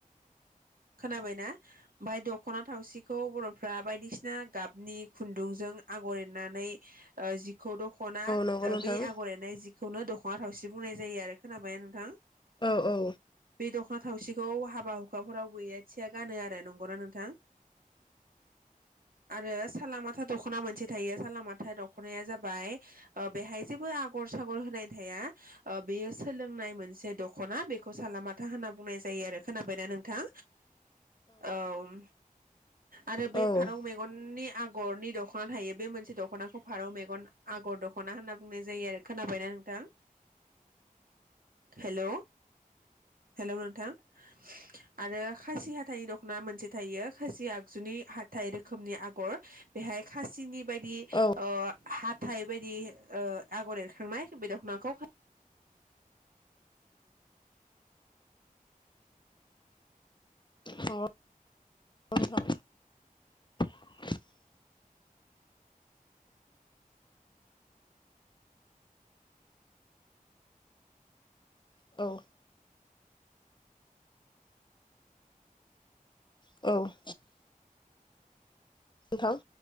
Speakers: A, on the right (about 75°); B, on the left (about 30°).
A: खोनाबायना ओमफाय दख'ना थावसिखौ बर'फ्रा बायदिसिना गाबनि खुन्दुंजों आगर एरनानै ओ जि खौ दख'ना
B: नंगौ
A: ओ
B: नोंथां
A: बे आगर एनाय जि खौनो दख'ना थावसि बुंनाय जायो आरो। खोनाबाय ना नोंथां?
B: औ औ
A: बे दख'ना थावसिखौ हाब बा हुखाफोराव बैरा थिया गानो आरो नंगौना नोंथां? आरो सालामलामाथा दख'ना मोनसे थायो सालामाथा दख'नाया जाबाय ओ बेहाय जेबो आगर सागर होनाय थाया ओ बेयो सोलोंनाय मोनसे दख'ना बेखौ सालामाथा होनना बुंनाय जायो आरो। खोनाबायना नोंथां? औ उम आरो बे
B: औ
A: फारौ
B: नंगौ
A: मेगननिया आगरनि दख'ना थायो बे मोनसे दख'नाखौ फारौ मेगन आगर दख'ना होनना बुंनाय जायो आरो। खोनाबायना नोंथां? हेल' हेलौ नोंथां आरो खासि हाथाइनि दख'ना मोनसे थायो खासि आगजुनि हाथाइ रोखोमनि आगर बेहाय खासिनि बायदि
B: नोंथां
A: ओ हाथाइ बायदि ओ आगर एरखांनाय बे दखनाखौ फान
B: <unintelligible> औ औ नोथां